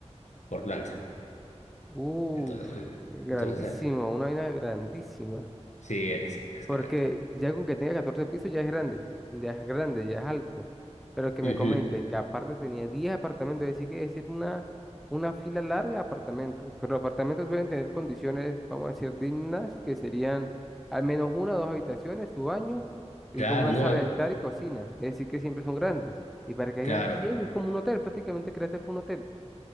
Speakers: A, on the left; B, in the centre.
A: por planta.
B: Uf,
A: Entonces, eh,
B: grandísimo,
A: entonces eh,
B: una vaina grandísima.
A: sí, es, es
B: Porque
A: grande.
B: ya con que tenga 14 pisos ya es grande, ya es grande, ya es alto. Pero que
A: Ujú.
B: me comente que aparte tenía 10 apartamentos, es decir, que decir una, una fila larga de apartamentos. Pero los apartamentos deben tener condiciones, vamos a decir, dignas, que serían al menos una o dos habitaciones, su baño y
A: Claro,
B: como una
A: ¿no?
B: sala
A: eh,
B: de estar y cocina. Es decir, que siempre son grandes. Y para que hayan
A: Claro,
B: 10 es como un hotel, prácticamente creaste fue un hotel.